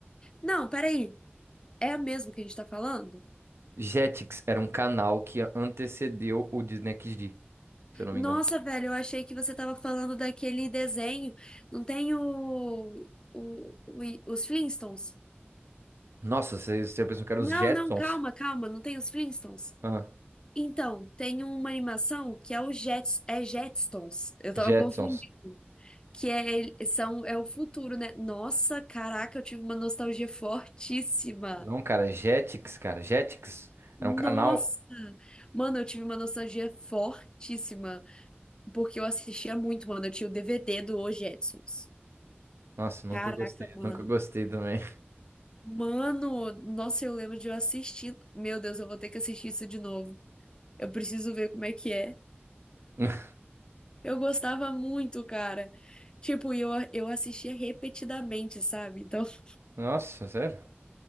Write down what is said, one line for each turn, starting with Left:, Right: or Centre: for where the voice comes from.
Left: Não, peraí. É a mesma que a gente tá falando?
Right: Jetix era um canal que antecedeu o Disney XD, se eu não
Left: Nossa,
Right: me engano.
Left: velho, eu achei que você tava falando daquele desenho. Não tem o, o- o- os Flintstones?
Right: Nossa, você, você pensou que era
Left: Não,
Right: os Jetsons?
Left: não, calma, calma, não tem os Flintstones.
Right: Ah,
Left: Então, tem uma animação que é o Jets, é Jetstones. Eu tava
Right: Jetsons.
Left: confundindo. Que é, são, é o futuro, né? Nossa, caraca, eu tive uma nostalgia fortíssima.
Right: Não, cara, Jetix, cara. Jetix.
Left: Nossa!
Right: Era um canal.
Left: Mano, eu tive uma nostalgia fortíssima. porque eu assistia muito, mano. Eu tinha o DVD do Os Jetsons.
Right: Nossa, nunca
Left: Caraca,
Right: gostei.
Left: mano.
Right: Nunca gostei também.
Left: Mano, nossa, eu lembro de eu assistir. Meu Deus, eu vou ter que assistir isso de novo. Eu preciso ver como é que é.
Right: <laughs>
Left: Eu gostava muito, cara. Tipo, eu, eu assistia repetidamente, sabe? Então, <laughs>
Right: Nossa, sério?